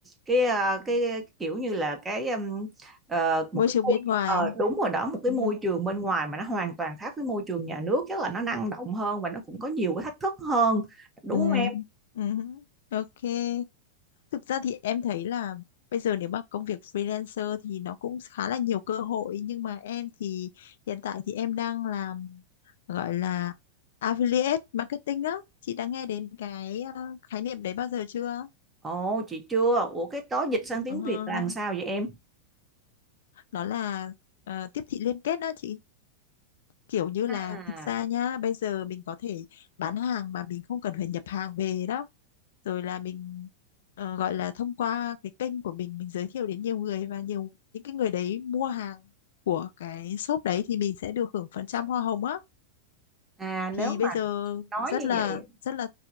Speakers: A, on the right; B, on the left.
A: cái à, cái kiểu như là cái um, ờ, một
B: môi
A: cái
B: trường
A: môi
B: bên ngoài
A: ờ, đúng rồi đó một cái
B: ừ
A: môi trường bên ngoài mà nó hoàn toàn khác với môi trường nhà nước chắc là nó năng động hơn và nó cũng có nhiều cái thách thức hơn đúng
B: ừ
A: không em
B: ừ ok Thực ra thì em thấy là bây giờ nếu mà công việc freelancer thì nó cũng khá là nhiều cơ hội nhưng mà em thì hiện tại thì em đang làm gọi là affiliate marketing á. Chị đã nghe đến cái ờ, khái niệm đấy bao giờ chưa?
A: ồ chị chưa ủa cái đó dịch sang tiếng
B: Ờ,
A: Việt là làm sao vậy em
B: Nó là ờ, tiếp thị liên kết đó chị. kiểu như là
A: à
B: thực ra nhá bây giờ mình có thể bán hàng mà mình không cần phải nhập hàng về đó rồi là mình ờ, gọi là thông qua cái kênh của mình mình giới thiệu đến nhiều người và nhiều những cái người đấy mua hàng của cái shop đấy thì mình sẽ được hưởng phần trăm hoa hồng á
A: à nếu
B: thì bây
A: mà
B: giờ
A: nói
B: rất
A: như
B: là
A: vậy
B: rất là